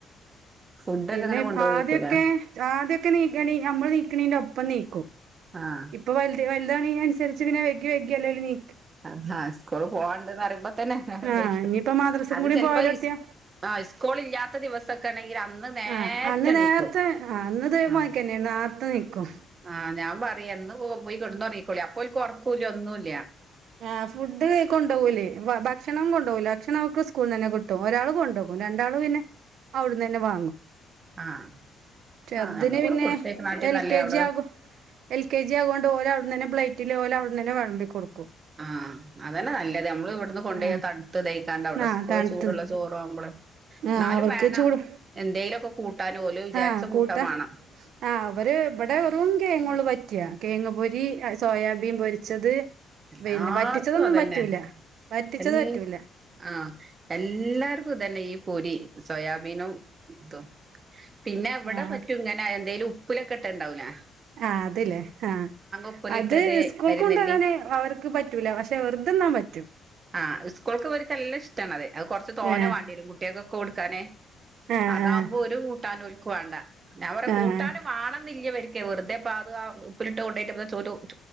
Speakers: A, on the right (about 35°); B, on the right (about 70°).
A: ഫുഡൊക്കെ
B: പിന്നെ
A: അങ്ങനെ കൊണ്ടുപോയിരിക്കൂലേ
B: ആദ്യക്കെ. ആദ്യക്കെ നീക്കണീ ഞമ്മള് ണീക്ക്ണീന്റപ്പം ണീക്കും.
A: ആഹ്
B: ഇപ്പൊ വൽത് വൽതാണീന് ന്സരിച്ച് ങ്ങനെ വൈകി വൈകിയല്ലെ ണീ
A: ആഹ് ഹ സ്കൂള് പോവാണ്ട്ന്ന് അറീമ്പോ തന്നെ നേരം
B: ആഹ്
A: വെയ്കും
B: ഇനിയിപ്പ മദ്രസും
A: അത്
B: കൂടി
A: ചെൽപ്പൊ
B: പോയാലോട്ടിയ
A: ഇസ് ആഹ് ഇസ്കൂൾ ഇല്ലാത്ത ദിവസക്കെ ണ്ടെങ്കിൽ അന്ന് നേരത്തെ
B: ആഹ് അന്ന്
A: എണീക്കും
B: നാരത്തെ അന്ന് ദേമാരിക്കന്നെണ്
A: ആഹ്
B: നാരത്തെ ണീക്കും
A: ആഹ് ഞാൻ പറയാ ന്ന്പോ പോയ് കെട്ന്നൊറങ്ങിക്കോളി അഅപ്പോൽക്ക് ഒറക്കൂല ഒന്നുല്ല
B: ആഹ് ഫുഡ് കൊണ്ടാവൂല്ലേ വാഷ് ക്ഷണം കൊണ്ടോവൂല ഭക്ഷണം ഓക്ക് സ്ക്കൂള്ന്നെ കിട്ടും ഒരാൾ കൊണ്ടോകും രണ്ടാൾ പിന്നെ ഔട്ന്നെന്നെ വാങ്ങും
A: ആഹ്
B: ചെർതിന്
A: ആഹ് നമ്മള് ഇവിടെ
B: പിന്നെ
A: കൊടുത്തേക്കണാട്ടി
B: എൽ
A: നല്ലേ
B: കെ
A: അവിടെ
B: ജി ആകും. എൽ കെ ജി അത്കൊണ്ട് ഓലവ്ട്ന്നെന്നെ പ്ലെറ്റിൽ ഓലവ്ട്ന്നെന്നെ വെൾമ്പി കൊടുകും
A: ആഹ് അതന്നെ നല്ലത് അമ്മള് ഇവിട്ന്ന് കൊണ്ടായ
B: ആഹ്
A: തൺത്ത് തായ്ക്കാണ്ട് അവ്ടെ
B: ആഹ്
A: സ്കൂള്
B: തണുത്തത്
A: ചൂട്ള്ള ചോറാവുമ്പള്.
B: ആഹ്
A: ന്നാലും
B: അവർക്ക്
A: വേണം
B: ചൂട്
A: എന്തേയിലൊക്കെ കൂട്ടാന് ഓല് വിചാരിച്ച
B: ആഹ് കൂട്ടാ
A: കൂട്ടാൻ വാണം.
B: ആഹ് വര് വടെ വെറും കെങ്ങ്ള്ളൂ പറ്റ കെയങ്ങ് പൊരി സോയാബീൻ പൊരിച്ചത്.
A: എല്ലാട്ത്തും
B: പിന്നെ വറ്റിച്ചതൊന്നും
A: അതന്നെ
B: പറ്റൂല വറ്റിച്ചത്
A: എൽ
B: പറ്റൂല
A: ആഹ് എല്ലാർക്കും തന്നെ ഈ പൊരി സോയാബീനുംതും. പിന്നെ വടെ
B: ആഹ്
A: പറ്റും ങ്ങനെ എന്തേലും ഉപ്പിലക്കെട്ടെണ്ടാവുലെ
B: ആഹ് അത് ലേ ആഹ്
A: ഉപ്പിലിട്ടത്
B: അത് ഇസ്കൂൾ
A: അരിനെല്ലി
B: കൊണ്ടാകാന് വർ ക്ക് പറ്റൂല പക്ഷെ വെർദെന്നാൻ പറ്റു
A: ആഹ് ഇസ്ക്കോൾക്ക് ഇവര്ക്ക് നല്ലെ ഇഷ്ടാണത് അത് കൊറച്ച് തോനെ
B: ആഹ്
A: വാൻഡ്യേരും കുട്ടിയാക്കൊക്കെ കൊടുക്കാന്.
B: ആഹ്
A: അതാവുമ്പോ
B: ആഹ്
A: ഒരു കൂട്ടാനു ഓൽക്ക് വാണ്ട അവടെ കൂട്ടാനും
B: ആഹ്
A: വാണന്നില്ലവര്ക്ക് വെറ്തെപ്പാത് ആ ഉപ്പിലിട്ടെ കൊണ്ടോയിറ്റ്പ്പ ചോ